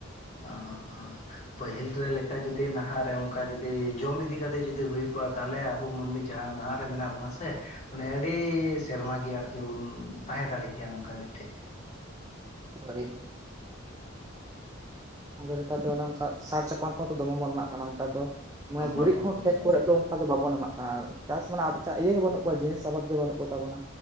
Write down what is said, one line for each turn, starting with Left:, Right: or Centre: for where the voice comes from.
Left: ᱟᱸ-ᱟᱸ ᱯᱟᱹᱦᱤᱞ ᱨᱮ ᱞᱮᱠᱟ ᱡᱩᱫᱤ ᱱᱟᱦᱟᱜ ᱨᱮ ᱚᱱᱠᱟ ᱡᱩᱫᱤ ᱡᱚᱢ ᱤᱫᱤ ᱠᱟᱛᱮ ᱡᱩᱫᱤ ᱦᱩᱭ ᱠᱚᱜᱼᱟ᱾ ᱛᱷᱟᱞᱮ ᱟᱵᱚ ᱢᱟᱹᱱᱢᱤ ᱡᱟᱦᱟᱸ ᱱᱟᱱᱦᱟᱜ ᱨᱮ ᱢᱮᱱᱟᱜ ᱵᱚᱱᱟ ᱥᱮ ᱢᱟᱱᱮ ᱟᱹᱰᱤ ᱥᱮᱨᱢᱟ ᱜᱮ ᱟᱨᱠᱤ ᱵᱚᱱ ᱛᱟᱦᱮᱸ ᱫᱟᱲᱮ ᱠᱮᱭᱟ ᱱᱚᱝᱠᱟ ᱢᱤᱫᱴᱮᱡ
Right: ᱦᱳᱭ ᱟᱫᱚ ᱱᱮᱛᱟᱨ ᱫᱚ ᱚᱱᱮ ᱚᱱᱠᱟ ᱥᱟᱨ ᱪᱟᱯᱟᱱ ᱠᱚᱦᱚᱸ ᱫᱚᱢᱮ ᱵᱚᱱ ᱮᱢᱟᱜ ᱠᱟᱱᱟ ᱱᱮᱛᱟᱨ ᱫᱚ᱾ ᱢᱟᱱᱮ ᱜᱩᱨᱤᱡ
Left: ᱵᱟᱠᱷᱟᱡ
Right: ᱠᱚ
Left: ᱫᱚ
Right: ᱠᱷᱮᱛ
Left: ᱵᱟᱠᱷᱟᱡ
Right: ᱠᱚᱨᱮ ᱫᱚ ᱚᱱᱠᱟ ᱫᱚ ᱵᱟᱵᱚᱱ ᱮᱢᱟᱜ ᱠᱟᱱᱟ ᱪᱟᱥ ᱢᱟᱱᱮ ᱟ ᱤᱭᱟᱹ ᱜᱮ ᱵᱟᱹᱱᱩᱜ ᱟᱠᱟᱫᱟ᱾ ᱡᱤᱣᱮ ᱡᱤᱱᱤᱥ ᱥᱟᱵᱟᱫ ᱜᱮ ᱵᱟᱹᱱᱩᱜ ᱠᱚ ᱛᱟᱵᱚᱱᱟ